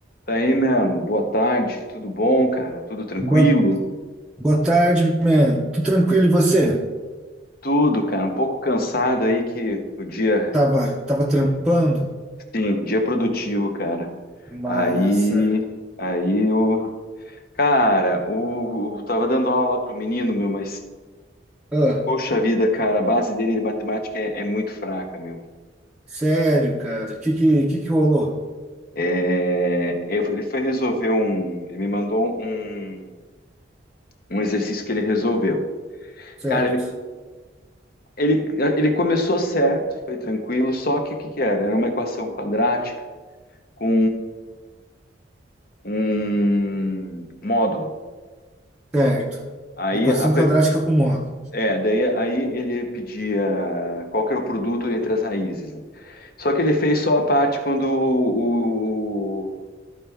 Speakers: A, on the left (about 50°); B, in the centre.
A: Daí, mano, boa tarde, tudo bom, cara? Tudo tranquilo?
B: Boa, boa tarde, man. Tudo tranquilo e você?
A: Tudo, cara, um pouco cansado aí que o dia,
B: Tava, tava trampando?
A: sim, dia produtivo, cara.
B: Massa.
A: Aí, aí o cara, o, o- tava dando aula lá pro menino, meu, mas
B: Ah,
A: poxa vida, cara, a base dele de matemática é, é muito fraca, meu.
B: sério, cara. O que, que, que que rolou?
A: É, eu- ele foi resolver um, ele me mandou um, um exercício que ele resolveu.
B: Certo,
A: Cara, ele Ele, ele começou certo, foi tranquilo, só que o que, que era? Era uma equação quadrática com um módulo.
B: certo.
A: Aí,
B: Equação
A: a per-
B: quadrática com módulo.
A: é, daí, aí ele pedia qual que era o produto entre as raízes. né? Só que ele fez só a parte quando, o, o-